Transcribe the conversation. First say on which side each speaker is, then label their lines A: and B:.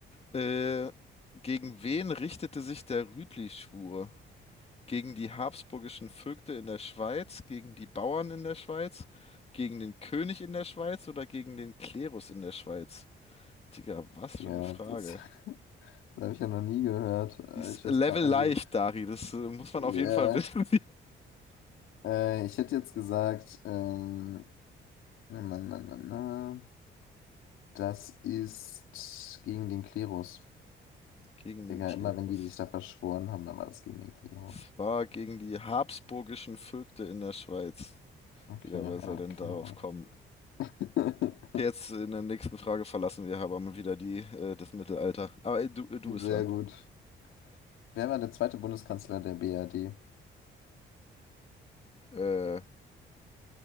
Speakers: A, on the left (about 30°); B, on the left (about 85°).
A: Äh, gegen wen richtete sich der Rütli-Schwur? Gegen die habsburgischen Vögte in der Schweiz, gegen die Bauern in der Schweiz, gegen den König in der Schweiz oder gegen den Klerus in der Schweiz? Digga, was
B: Ja,
A: für eine Frage.
B: das, <laughs> das habe ich ja noch nie gehört. Äh,
A: Die ist
B: Ich
A: Level
B: weiß gar nicht, also,
A: leicht, Dari. Das äh, muss man auf
B: ja,
A: jeden Fall wissen.
B: äh, ich hätte jetzt gesagt, ähm, na, na, na, na. Das ist gegen den Klerus.
A: <laughs> Gegen den
B: Digga,
A: Klerus.
B: immer wenn die sich da verschworen haben, dann war das gegen den Klerus.
A: Es war gegen die habsburgischen Vögte in der Schweiz.
B: Okay,
A: Digga,
B: ja,
A: wer soll denn
B: keine
A: darauf
B: Ahnung.
A: kommen?
B: <laughs>
A: Okay, Jetzt in der nächsten Frage verlassen wir aber mal wieder die, äh, das Mittelalter. Aber äh, du, äh, du
B: Sehr
A: bist dran.
B: gut. Wer war der zweite Bundeskanzler der BRD?
A: Äh,